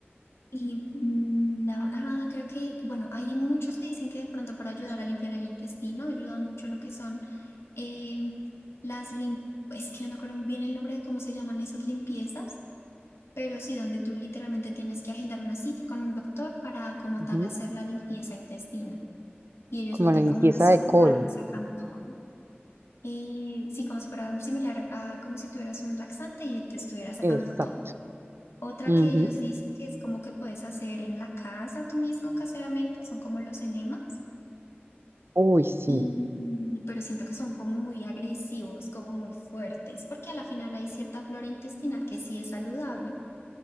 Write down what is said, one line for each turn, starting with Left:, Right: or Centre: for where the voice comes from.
Left: Y mm, la- ajá, creo que, bueno, hay muchos que dicen que de pronto para ayudar a limpiar el intestino ayudan mucho lo que son eh, las lim- es que no me acuerdo bien el nombre de cómo se llaman esas limpiezas, pero sí donde tú literalmente tienes que agendar una cita con un doctor para como
Right: Ujú.
Left: tal hacer la limpieza intestinal. Y ellos
Right: Como
Left: meten
Right: la limpieza
Left: como una sonda
Right: de colon.
Left: y sacan todo. ¿no? Eh, sí, como si fuera similar a como si tuvieras un laxante y te estuviera sacando
Right: Exacto.
Left: todo. Otra
Right: Ujú.
Left: que ellos dicen que es como que puedes hacer en la casa tú mismo caseramente, son como los enemas,
Right: Uy, sí.
Left: y, pero siento que son como muy agresivos, como muy fuertes, porque a la final hay cierta flora intestinal que sí es saludable.